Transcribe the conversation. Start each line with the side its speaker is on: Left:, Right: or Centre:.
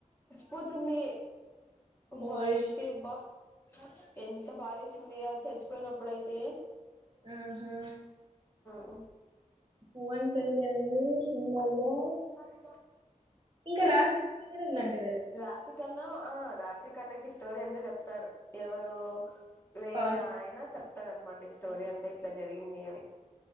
Left: పోతుంది.
Right: ఓ
Left: వాడైతే
Right: ష్-
Left: బా. ఎంత బాధేసింది చచ్చి. పోయినప్పుడైయితే.
Right: ఆహా.
Left: ఓహ్.
Right: హువన్ కేలను సింలల్లో.
Left: <inaudible>
Right: ఇంకా రాసి కూడా ఉందండి.
Left: రాసి కన్నా. ఆ రాశికన్నాకి స్టోరీ అంత చెప్తాడు ఎవరు. వేరే
Right: పవన్
Left: అయినా చెప్ప. ఉంటదాన్నమాట ఈ స్టోరీ అంతా ఇట్లా జరిగింది అని.